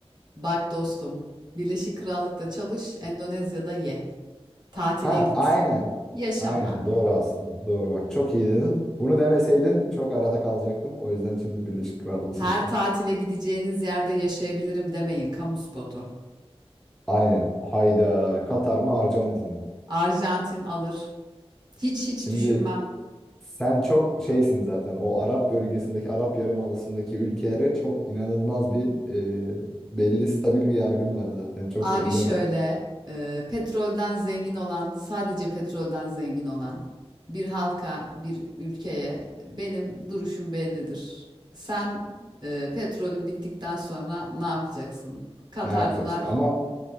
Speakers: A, on the right (about 45°); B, in the centre.
A: Bak dostum Birleşik Krallık'ta çalış Endonezya'da ye. Tatile
B: Ha,
A: git.
B: aynen.
A: Yaşama.
B: Aynen doğru aslında. Doğru bak çok iyi dedin. Bunu demeseydin çok arada kalacaktım. O yüzden şimdi Birleşik Krallığı
A: Her
B: seçiyorum.
A: tatile gideceğiniz yerde yaşayabilirim demeyin kamu spotu.
B: Aynen. Hayda. Katar mı Arjantin mi?
A: Arjantin alır. Hiç hiç
B: Şimdi
A: düşünmem.
B: Sen çok şeysin zaten. O Arap bölgesindeki, Arap Yarımadası'ndaki ülkelere çok inanılmaz bir e, belli stabil bir yargın var zaten. Çok
A: Abi
B: belli
A: şöyle,
B: o.
A: e, petrolden zengin olan, sadece petrolden zengin olan bir halka, bir ülkeye benim duruşum bellidir. Sen e, petrolün bittikten sonra ne yapacaksın? Katarlılar
B: Ne yapacaksın? Ama